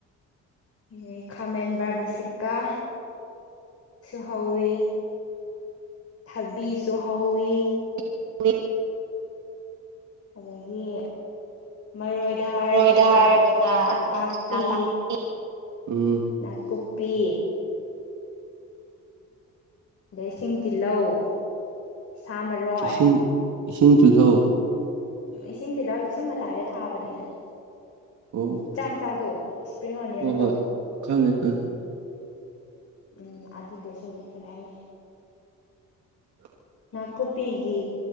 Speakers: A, on the left; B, on the right.
A: ꯑꯗꯩ ꯈꯥꯃꯦꯟ ꯕ꯭ꯔꯃꯥꯁꯤꯀꯥ ꯁꯨ ꯍꯧꯋꯤ ꯊꯕꯤ ꯁꯨ ꯍꯧꯋꯤ
B: <unintelligible>
A: ꯑꯗꯒꯤ ꯃꯔꯣꯏꯗ ꯍꯥꯏꯔꯒꯅ
B: ꯔꯣꯏꯗ ꯍꯥꯏꯔꯒꯅ
A: ꯅꯄꯥꯛꯄꯤ
B: ꯅꯄꯥꯛꯄꯤ ꯎꯝ
A: ꯅꯥꯀꯨꯞꯄꯤ ꯑꯗꯩ ꯏꯁꯤꯡ ꯇꯤꯜꯍꯧ ꯁꯥ ꯃꯔꯣꯏ
B: ꯏꯁꯤꯡ ꯏꯁꯤꯡ ꯇꯤꯜꯍꯧ
A: ꯏꯁꯤꯡ ꯇꯤꯜꯍꯥꯎꯗꯤ ꯁꯨꯝ ꯃꯇꯥꯏꯗ ꯊꯥꯕꯅꯤꯗ
B: ꯑꯣ
A: ꯃꯆꯥ ꯃꯆꯥꯗꯣ ꯏꯁꯄ꯭ꯔꯤꯡ ꯑꯣꯅꯤꯌꯟꯗꯣ
B: ꯍꯣꯏ ꯍꯣꯏ ꯈꯪꯉꯦ ꯈꯪꯉ
A: ꯎꯝ ꯑꯗꯨꯗꯣ ꯁꯨꯝ ꯀꯩ ꯍꯥꯏꯅꯤ
B: <inaudible>
A: ꯅꯥꯀꯨꯞꯄꯤꯒꯤ